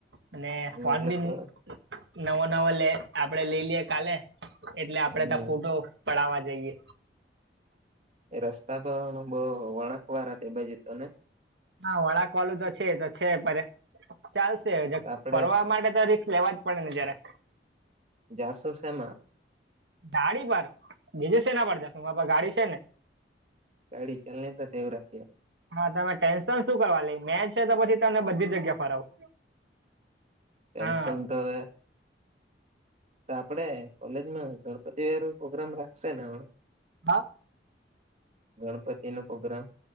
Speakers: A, on the right; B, on the right.
A: અને ફોન
B: એ લોકો
A: બી નવો નવો લે આપડે લઈએ લિયે કાલે એટલે આપડે
B: હમ
A: તા ફોટો પડાવા જઈએ.
B: એ રસ્તા પણ બોવ વળાંકવારા તે બાજું તો નય?
A: હા વળાંકવાળુ તો છે તો છે ચાલશે
B: આપડે
A: ફરવા માટે તો રી સ્ક લેવા જ પડે ને જરાક
B: જાશું શેમા?
A: ગાડી પર બીજે સેના પર જશું, માર પાહે ગાડી છે ને.
B: ગાડી ચાલને તો તેવું રાખીએ.
A: હા તમે ટેન્શન શું કરવા લઈ મેજ છે તો પછી તને બધી જ જગ્યા ફરાવું,
B: ટેન્શન
A: હા.
B: <inaudible> તો આપડે ગણપતિ હારું પ્રોગ્રામ રાખશે ને હ
A: હા.
B: ગણપતિનો પ્રોગ્રામ